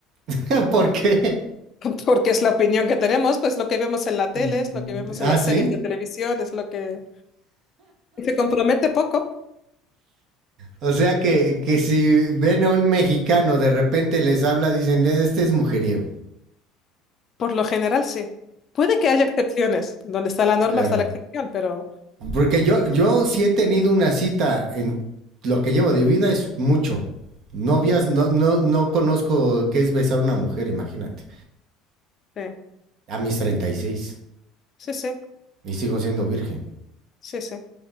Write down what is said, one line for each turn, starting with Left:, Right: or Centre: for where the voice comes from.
Right: <laughs> ¿Por qué?
Left: <laughs> porque es la opinión que tenemos, pues lo que vemos en la tele,
Right: Mm,
Left: es lo que vemos
Right: ¿Ah,
Left: en las
Right: sí?
Left: series de televisión, es lo que se compromete poco,
Right: O sea que, que si ven a un mexicano de repente les habla, dicen, este es mujeriego.
Left: por lo general sí. Puede que haya excepciones, donde está la norma
Right: Claro.
Left: está la excepción, pero
Right: Porque yo, yo sí he tenido una cita en lo que llevo de vida es mucho. Novias, no, no, no conozco qué es besar a una mujer, imagínate.
Left: sí,
Right: A mis 36.
Left: sí, sí,
Right: Y sigo siendo virgen.
Left: sí, sí.